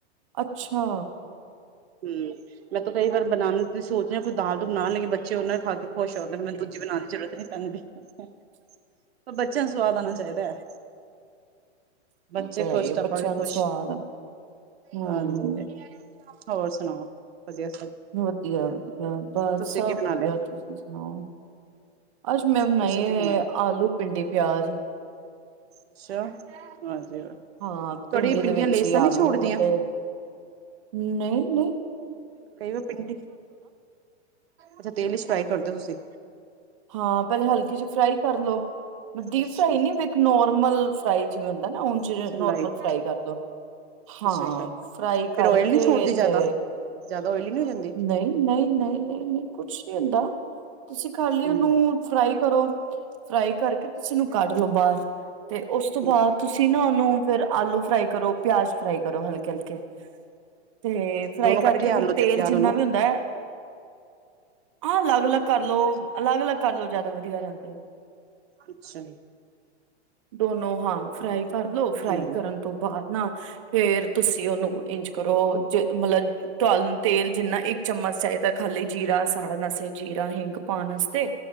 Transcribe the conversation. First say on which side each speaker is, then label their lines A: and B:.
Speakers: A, on the right; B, on the right.
A: ਅੱਛਾ
B: ਹੂੰ। ਮੈਂ ਤਾਂ ਕਈ ਬਨਾਉਣ ਦਾ ਸੋਗ ਰਹੀ ਕੋਈ ਦਾਲ ਦ ਬਣਾ ਲੇ ਬੱਚੇ <unintelligible> ਪਰ ਬੱਚਿਆਂ ਨੂੰ ਸਵਾਦ ਆਉਣਾ ਚਾਹੀਦਾ ਹੈ ਬੱਚੇ
A: ਉਹ ਤੇ ਹੈ
B: ਖੁਸ਼
A: ਹੀ
B: ਤਾਂ ਆਪਾਂ
A: ਬੱਚਿਆਂ
B: ਵੀ
A: ਨੂੰ
B: ਖੁਸ਼
A: ਸਵਾਦ ਆ ਹੂੰ
B: ਹਾਂਜੀ ਹੋਰ ਸੁਣਾਓ ਵਧੀਆ
A: ਵਧੀਆ ਵਧੀਆ ਬਸ
B: ਤੁਸੀਂ
A: ਸਭ
B: ਕੀ
A: ਵਧੀਆ
B: ਬਣਾ ਲਿਆ
A: ਤੁਸੀਂ ਸੁਣਾਓ ਅੱਜ ਮੈਂ ਬਣਾਈ
B: ਤੁਸੀਂ
A: ਹੈ
B: ਕੀ ਬਣਾ ਲਿਆ
A: ਆਲੂ ਭਿੰਡੀ ਪਿਆਜ
B: ਅੱਛਾ ਹਾਂਜੀ
A: ਹਾਂ
B: ਤੁਹਾਡੀਆਂ
A: ਭਿੰਡੀ
B: ਪਿੰਡੀਆਂ
A: ਦੇ ਵਿੱਚ
B: ਲੇਸਾਂ
A: ਹੀ
B: ਨੀ
A: ਆਲੂ
B: ਛੋੜਦੀਆਂ
A: ਤੇ ਨਹੀਂ ਨਹੀਂ
B: ਕਈ ਵਾਰ ਪਿੰਡੀ ਅੱਛਾ ਤੇਲ ਵਿਚ ਫਰਾਈ ਕਰਦੇ ਤੁਸੀਂ
A: ਹਾਂ ਪਹਿਲੇ ਹਲਕੇ ਚ ਫਰਾਈ ਕਰ ਲੋ ਡੀਪ
B: ਅੱਛਾ,
A: ਫਰਾਈ ਨੀ ਇੱਕ ਨੋਰਮਲ ਫਰਾਈ <unintelligible> ਜਿਵੇ
B: ਅੱਛਾ
A: ਨੋਰਮਲ
B: ਲਾਈਟ
A: ਫਰਾਈ ਕਰਦੋ ਹਾਂ
B: ਅੱਛਾ, ਅੱਛਾ
A: ਫਰਾਈ ਕਰਕੇ
B: ਫੇਰ ਓਇਲ ਨੀ ਛੋੜਦੀ ਜ਼ਿਆਦਾ।
A: ਤੇ
B: ਜ਼ਿਆਦਾ ਉਇਲੀ ਨੀ ਹੋ ਜਾਂਦੀ
A: ਨਹੀਂ ਨਹੀਂ ਨਹੀਂ ਨਹੀਂ ਨਹੀਂ ਕੁਛ ਨੀ ਹੁੰਦਾ ਤੁਸੀਂ ਖਾਲੀ
B: ਹੂੰ,
A: ਉਹਨੂੰ ਫਰਾਈ ਕਰੋ ਫਰਾਈ ਕਰਕੇ ਤੁਸੀਂਨੂੰ ਕੱਢ ਲਓ ਉਹਨੂ ਬਾਹਰ ਤੇ ਉਸ ਤੋਂ ਬਾਅਦ
B: ਹੂੰ
A: ਤੁਸੀਂ ਨਾ ਉਹਨੂੰ ਫੇਿਰ ਆਲੂ ਫਰਾਈ ਕਰੋ ਪਿਆਜ ਫਰਾਈ ਕਰੋ ਹਲਕੇ ਹਲਕੇ ਤੇ ਫਰਾਈ
B: ਦੋਨੋ
A: ਕਰਕੇ
B: ਇਕੱਠੇ
A: ਫਿਰ
B: ਆਲੂ
A: ਤੇਲ
B: ਤੇ ਪਿਆਜ
A: ਜਿੰਨਾ
B: ਦੋਨੋ
A: ਵੀ ਹੁੰਦਾ ਆਹ ਅਲੱਗ ਅਲੱਗ ਕਰਲਓ
B: ਅੱਛਾ
A: ਅਲੱਗ ਅਲੱਗ ਘਰਲੋ ਜਿਆਦਾ ਵਧੀਆ ਰਹਿੰਦੇ ਆ
B: ਅੱਛਾ
A: ਦੋਨੋ ਹਾਂ ਫਰਾਈ ਕਰ ਲੋ ਫਰਾਈ
B: ਹੂੰ,
A: ਕਰਨ ਤੋਂ ਬਾਅਦ ਨਾ ਫੇਰ ਤੁਸੀਂ ਉਹਨੂੰ ਇੰਜ ਕਰੋ ਜੇ ਮਤਲਬ ਟਲ ਤੇਲ ਜਿੰਨਾ ਇੱਕ ਚਮਚ ਚਾਹੀਦਾ ਖਾਲੀ ਜੀਰਾ ਸਾੜਾਨ ਵਸਤੇ ਜੀਰਾ ਹਿੰਗ ਪਾਉਣ ਵਾਸਤੇ